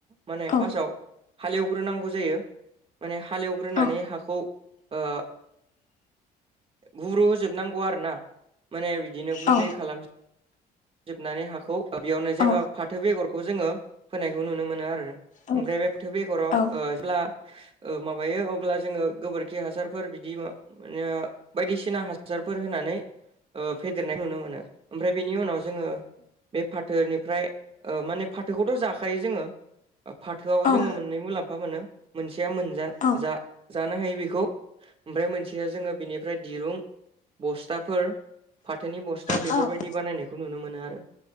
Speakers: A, on the right; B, on the left.
A: माने
B: औ
A: फार्स्टआव हालेवग्रोनांगौ जायो। माने हालेवग्रोनानै
B: औ
A: हाखौ ओ गुब्रु होजोबनांगौ आरोना माने बिदिनो गुन्दै
B: औ
A: खालाम जोबनानै हाखौ बेयावनो जेनबा
B: औ
A: फाथो बेगरखौ जोङो फोनायखौ नुनो मोनो आरो ओमफ्राय
B: औ
A: बे फोथोर बेगराव
B: औ
A: जेब्ला ओ माबायो अब्ला जोङो गोबोरखि हासारफोर बिदि मान बायदिसिना हासारफोर होनानै ओ फेदेरनाय नुनो मोनो ।ओमफ्राय बेनि उनाव जोङो बे फाथोनिफ्राय माने फाथोखौथ' जाखायो जोङो। फाथोआव
B: औ
A: जोङो मोननै मुलाम्फा मोनो मोनसेया मोनजा
B: औ
A: जा जानो हायो बेखौ ओमफ्राय मोनसेया जोङो बेनिफ्राय दिरुं बस्थाफोर फाथोनि बस्था बेफोरबायदि
B: औ
A: बानायनायखौ नुनो मोनो आरो।